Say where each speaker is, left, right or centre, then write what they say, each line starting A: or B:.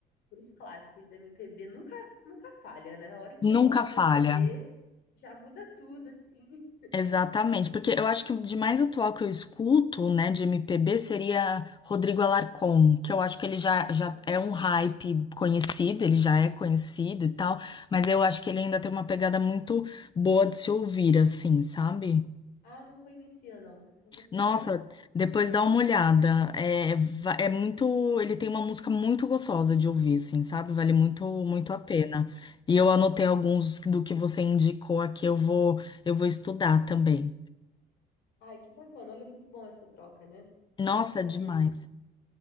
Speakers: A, on the left (about 75°); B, on the left (about 25°).
A: pros clássicos da MPB. Nunca, nunca falha, né? A hora que
B: Nunca
A: você bota
B: falha.
A: uma MPB, já muda tudo, assim.
B: Exatamente, porque eu acho que o de mais atual que eu escuto, né, de MPB seria Rodrigo Alarcon, que eu acho que ele já, já
A: Hum.
B: é um hype conhecido, ele já é conhecido e tal, mas eu acho que ele ainda tem uma pegada muito boa de se ouvir, assim, sabe?
A: Ah, eu não conhecia, não. Eu vou procurar.
B: Nossa, depois dá uma olhada, é, va- é muito, ele tem uma música muito gostosa de ouvir, assim, sabe? Vale muito, muito a pena. E eu anotei alguns do que você indicou aqui, eu vou, eu vou estudar também.
A: Ai, que bacana. Olha, muito bom essa troca, né? Eu
B: Nossa,
A: nem sabia
B: é demais.
A: desse.